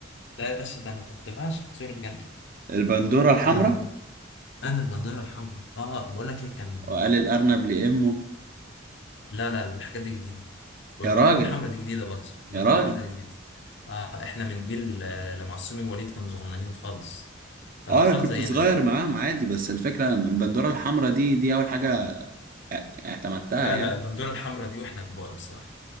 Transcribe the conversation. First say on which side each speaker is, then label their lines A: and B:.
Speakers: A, on the left (about 60°); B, on the right (about 45°).
A: لا يا باشا ده انا كنت بعشق طيور الجنه
B: البندورة الحمراء
A: ده انا البندوره الحمراء اه بقول لك ايه كان
B: وقال الارنب لامه
A: لا لا الحاجات دي جديده والبندوره
B: يا راجل
A: الحمراء دي جديده برضه البندوره
B: يا راجل
A: الحمراء دي جديده آه احنا من جيل آه، لما عصومي ووليد كانوا صغننين خالص كانوا
B: اه
A: اطفال
B: انا كنت
A: زينا
B: صغير معاهم عادي بس الفكرة انا البندورة الحمراء دي دي اول حاجة ا- اعتمدتها
A: لا
B: يعني
A: لا البندوره الحمراء دي واحنا كبار بصراحه